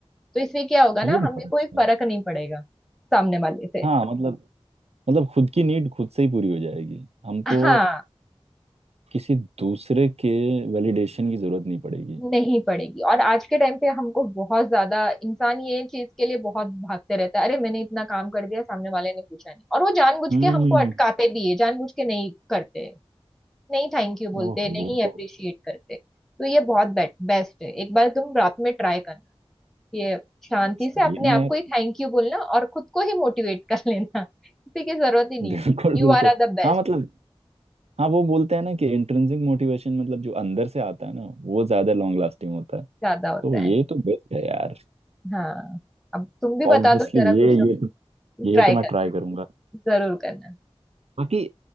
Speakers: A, in the centre; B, on the right.
A: तो इससे क्या होगा ना
B: ये बहुत
A: हमें
B: अच्छा
A: कोई फर्क
B: है
A: नहीं पड़ेगा सामने वाले से
B: हाँ मतलब मतलब खुद की नीड खुद से ही पूरी हो जाएगी हमको
A: हाँ
B: किसी दूसरे के वैलिडेशन की जरूरत नहीं पड़ेगी
A: नहीं पड़ेगी और आज के टाइम पे हमको बहुत ज्यादा इंसान ये चीज के लिए बहुत भागते रहता है अरे मैंने इतना काम कर दिया सामने वाले ने पूछा नहीं और वो जानबूझ
B: हम्म
A: के हमको अटकाते भी है जानबूझ के नहीं करते नहीं थैंक यू बोलते
B: ओहो
A: नहीं अप्रिशिएट करते तो ये बहुत बेट बेस्ट है एक बार तुम रात में ट्राई करना ये शांति
B: सही
A: से अपने
B: में
A: आप
B: यार
A: को ही थैंक यू बोलना और खुद को ही मोटिवेट कर लेना <laughs> किसी की जरूरत ही
B: <laughs>
A: नहीं
B: बिल्कुल
A: You
B: बिल्कुल
A: are are the best
B: हाँ मतलब हाँ वो बोलते हैं ना कि इंट्रिंसिक मोटिवेशन मतलब जो अंदर से आता है ना वो ज्यादा लॉन्ग लास्टिंग होता है
A: ज्यादा होता
B: तो ये
A: है
B: तो बेस्ट है यार
A: हाँ अब तुम भी बता
B: ऑब्वियसली
A: दो जरा
B: ये
A: कुछ
B: ये तो ये
A: ट्राई
B: तो मैं
A: करना
B: ट्राई करूंगा
A: जरूर करना
B: बाकी